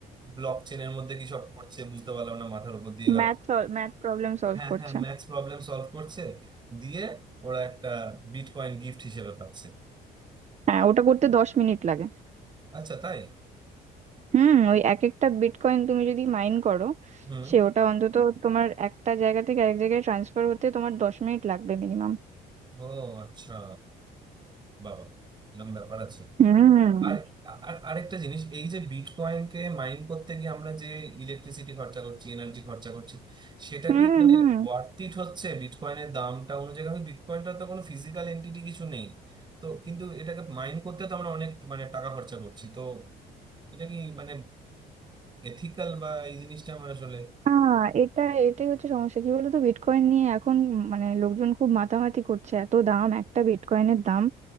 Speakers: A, on the right; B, on the right.
A: ব্লক চেনের মধ্যে কি সব করছে বুঝতে পারলাম না মাথার উপর দিয়ে গেল
B: ম্যাথ ম্যাথ প্রবলেম সলভ
A: হ্যাঁ
B: করছে
A: হ্যাঁ ম্যাথস প্রবলেম সলভ করছে দিয়ে ওরা একটা বিটকয়েন গিফট হিসেবে পাচ্ছে
B: হ্যাঁ ওটা করতে দশ মিনিট লাগে
A: আচ্ছা তাই
B: হুম ওই এক একটা বিটকয়েন তুমি যদি মাইন করো
A: হুম
B: সে ওটা অন্তত তোমার একটা জায়গা থেকে আরেক জায়গায় ট্রান্সফার হতে তোমার দশ মিনিট লাগবে মিনিমাম
A: ও আচ্ছা বাবা এরকম ব্যাপার আছে
B: হুম
A: আর আর আরেকটা জিনিস এই যে বিটকয়েনকে মাইন করতে গিয়ে আমরা যে ইলেকট্রিসিটি খরচা করছি এনার্জি খরচা করছি সেটা
B: হুম
A: কি মানে
B: হুম
A: ওয়ার্থ ইট হচ্ছে বিটকয়েনের দামটা অনুযায়ী কারণ বিটকয়েনটা তো কোনো ফিজিক্যাল এন্টিটি কিছু নেই তো কিন্তু এটাকে মাইন করতে তো আমরা অনেক মানে টাকা খরচা করছি তো এটা কি মানে এথিক্যাল বা এই জিনিসটা আমার আসলে
B: আহ এটা এটাই হচ্ছে সমস্যা কি বলতো বিটকয়েন নিয়ে এখন মানে লোকজন খুব মাতামাতি করছে এত দাম একটা বিটকয়েনের দাম